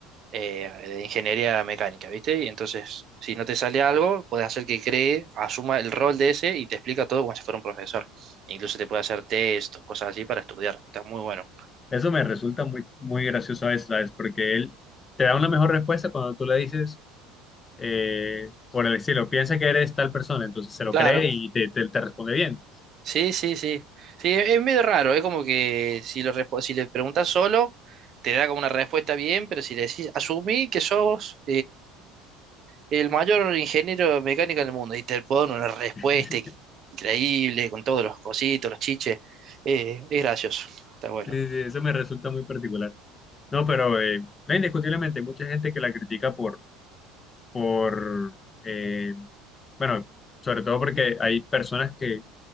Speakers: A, on the right; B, on the left.
A: eh, de ingeniería mecánica, ¿viste? Y entonces, si no te sale algo, puedes hacer que cree, asuma el rol de ese y te explica todo como si fuera un profesor. Incluso te puede hacer test o cosas así para estudiar. Está muy bueno.
B: Eso me resulta muy, muy gracioso a veces, ¿sabes? Porque él te da una mejor respuesta cuando tú le dices eh, por el estilo, piensa que eres tal persona, entonces se lo
A: Claro.
B: cree y te, te, te responde bien.
A: Sí, sí, sí. Sí, es es medio raro. Es como que si, lo, respo- si le preguntas solo, te da como una respuesta bien, pero si le decís, asumí que sos el mayor ingeniero mecánico del mundo y te pone una respuesta
B: <laughs>
A: increíble con todos los cositos, los chiches. Eh, es gracioso, está bueno,
B: Sí, sí, eso me resulta muy particular. No, pero eh, no, indiscutiblemente hay mucha gente que la critica por, por eh, bueno, sobre todo porque hay personas que,